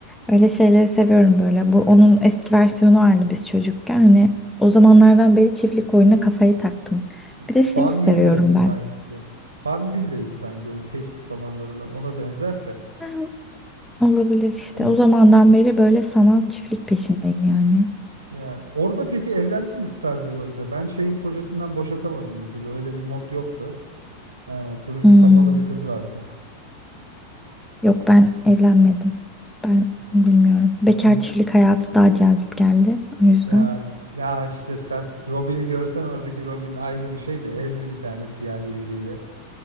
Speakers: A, in the centre; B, on the right.
A: Öyle şeyleri seviyorum böyle. Bu onun eski versiyonu vardı biz çocukken. Hani o zamanlardan beri çiftlik oyununa kafayı taktım. Bir de
B: Farmville'ydi
A: Sims seviyorum
B: sankisi.
A: ben.
B: Farmville'ydi sanki onun Facebook zamanlarından. Ona benzer de.
A: Ha, Olabilir işte.
B: Bu
A: O zamandan
B: t-
A: beri böyle sanal çiftlik peşindeyim yani.
B: ya orada peki evlendin mi Stardew Valley'de? Ben şeyin kocasından boşatamadım bir türlü. Öyle bir mod yoktu. Ee, turuncu
A: Hmm.
B: kafalı bir kız vardı.
A: Yok ben evlenmedim. Ben bilmiyorum. Bekar
B: <laughs>
A: çiftlik
B: M-
A: hayatı daha cazip geldi. O yüzden.
B: Yani ya işte sen Robin'i görsen oradaki Robin ayrı bir şeydi. Evli bir tane siyahi biriyle.